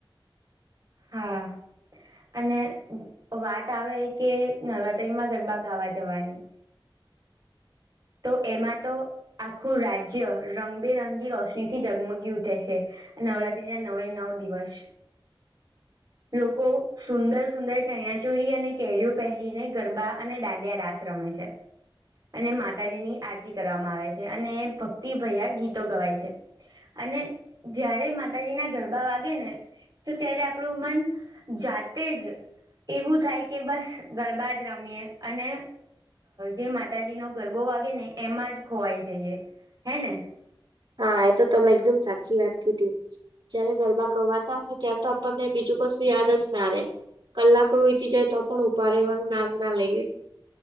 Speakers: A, on the right; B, on the right.
A: હા અને વાત આવે કે નવરાત્રી માં ગરબા ગાવા જવાની. તો એમાં તો આખું રાજ્ય રંગબેરંગી રોશનીથી જગમગી ઉઠે છે. નવરાત્રી ના નવે નવ દિવસ. લોકો સુંદર સુંદર ચનયાચુરી અને કેડિયું પહેરીને ગરબા અને દાંડિયા રાસ રમે છે. અને માતાજીની આરતી કરવામાં આવે છે. અને ભક્તિભયા ગીતો ગવાય છે. અને જયારે માતાજી ના ગરબા વાગે ને તો ત્યારે આપણે આપણું મન જાતે જ એવું થાય કે બસ ગરબા જ રમીએ અને જે માતાજી નો ગરબો વાગે ને એમાં જ ખોવાઈ જઈએ, હે ને?
B: હા એ તો તમે એકદમ સાચી વાત કીધી. જયારે ગરબા ગવાતા હોય ત્યાં તો આપણને બીજું કશું યાદ જ ના આવે. કલાકો વીતી જાય તો પણ ઊભા રહેવાનું નામ ના લઈએ